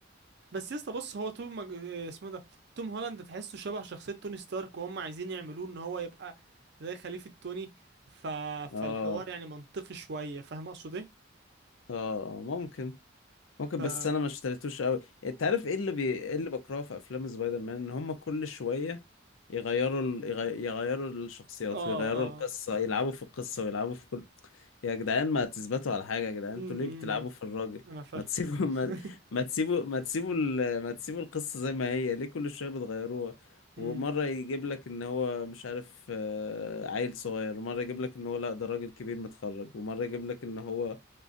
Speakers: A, on the right; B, on the left.
A: بس يا اسطى بص هو توم مج... آه، اسمه إيه ده توم هولاند تحسه شبه شخصيه توني ستارك وهم عايزين يعملوه ان هو يبقى زي خليفه توني ف...
B: اه
A: فالحوار يعني منطقي شويه فاهم اقصد ايه
B: اه آه، ممكن ممكن
A: ف... اه
B: بس انا ما اشتريتوش قوي انت عارف ايه اللي بي... ايه اللي بكرهه في افلام سبايدر مان ان هم كل شويه يغيروا ال... يغي- يغيروا الشخصيات
A: اه
B: ويغيروا القصه يلعبوا في القصه ويلعبوا في كل يا جدعان ما تثبتوا على حاجه يا جدعان انتوا
A: امم
B: ليه
A: امم،
B: بتلعبوا
A: امم.
B: في الراجل
A: انا فاهم
B: ما تسيبوا
A: <laughs>
B: ما, ما تسيبوا ما تسيبوا ال... ما تسيبوا القصه زي ما هي ليه كل شويه بتغيروها ومره
A: أمم.
B: يجيب لك ان هو مش عارف آه، عيل صغير ومره يجيب لك ان هو لا ده راجل كبير متخرج ومره يجيب لك ان هو